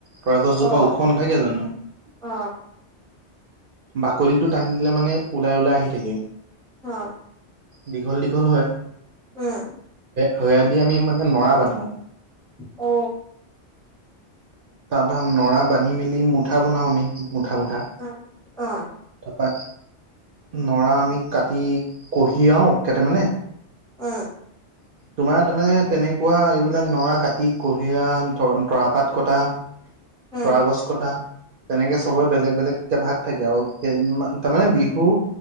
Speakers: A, on the right; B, in the centre.
A: পৰা গছজোপা
B: অ
A: ওখ নাথাকে জানো
B: অ
A: বাকলিটো টান দিলে মানে ওলাই ওলাই আহি থাকে
B: অ
A: দীঘল দীঘল হয়
B: উম
A: সয়া দি আমি মানে নৰা বান্ধো
B: অ
A: তাৰ পৰাৰা নৰা বান্ধি মেলি মুঠা বনাও আমি মুঠা মুঠা
B: অ অ
A: ত নৰা আমি কাটি কঢ়ি আও কেইটামানে
B: অ
A: তোমাৰ তাৰ মানে তেনেকুৱা এইবিলাক নৰা কাটি কুঁহিয়া তৰাপাত কটা
B: উম
A: পৰাাগছ কটা তেনেকে চবৰে বেলেগ বেলেগ এ ভাগ থাকে আৰু তাৰমানে বিহু